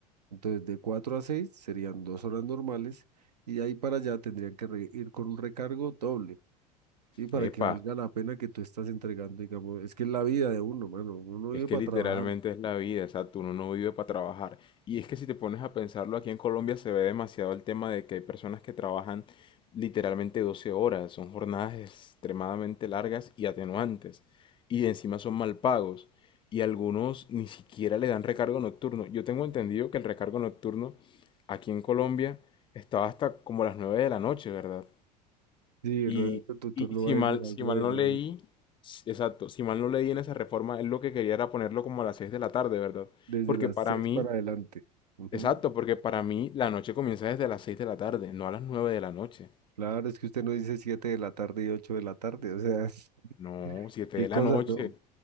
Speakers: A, on the right; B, on the left.
A: entonces de cuatro a seis serían dos horas normales y de ahí para allá tendrían que re- ir con un recargo doble. Sí, para
B: Epa,
A: que valga la pena que tú estás entregando, digamos, es que es la vida de uno, mano, uno vive
B: Es que
A: para
B: literalmente
A: trabajar.
B: es la vida, exacto, uno no no vive para trabajar. Y es que si te pones a pensarlo, aquí en Colombia se ve demasiado el tema de que hay personas que trabajan literalmente 12 horas, son jornadas extremadamente largas y atenuantes, y encima son mal pagos, y algunos ni siquiera le dan recargo nocturno. Yo tengo entendido que el recargo nocturno aquí en Colombia estaba hasta como las 9 de la noche, ¿verdad?
A: Sí, el
B: Y,
A: horario de tu turno
B: y si
A: va desde
B: mal,
A: las
B: si
A: nueve,
B: mal no
A: man,
B: leí, exacto, si mal no leí en esa reforma, él lo que quería era ponerlo como a las 6 de la tarde, ¿verdad?
A: desde
B: Porque
A: las
B: para
A: seis
B: mí,
A: para adelante. Ujú.
B: exacto, porque para mí la noche comienza desde las 6 de la tarde, no a las nueve de la noche.
A: Claro, es que usted no dice siete de la tarde y ocho de la tarde, o sea,
B: No,
A: <laughs>
B: 7
A: qué
B: de
A: cosa,
B: la noche,
A: ¿no?